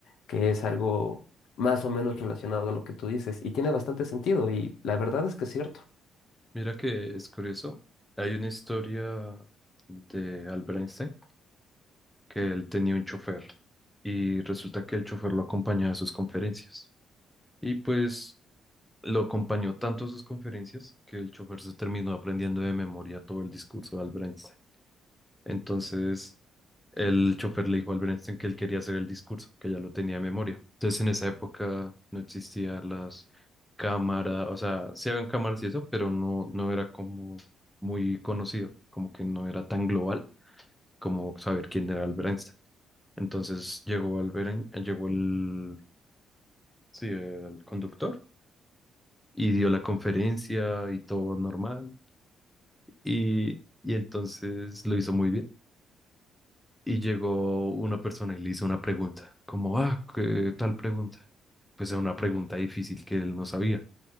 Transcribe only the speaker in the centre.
Mira que es curioso. Hay una historia de Albert Einstein que él tenía un chofer y resulta que el chofer lo acompañaba a sus conferencias. Y pues lo acompañó tanto a sus conferencias que el chofer se terminó aprendiendo de memoria todo el discurso de Albert Einstein. Entonces, el chofer le dijo al Bernstein que él quería hacer el discurso, que ya lo tenía de memoria. Entonces, en esa época no existían las cámaras, o sea, sí habían cámaras y eso, pero no, no era como muy conocido, como que no era tan global como saber quién era el Bernstein. Entonces, llegó al Beren- llegó el, sí, el conductor y dio la conferencia y todo normal. Y, y entonces lo hizo muy bien. y llegó una persona y le hizo una pregunta, como, ah, ¿qué tal pregunta? Pues era una pregunta difícil que él no sabía.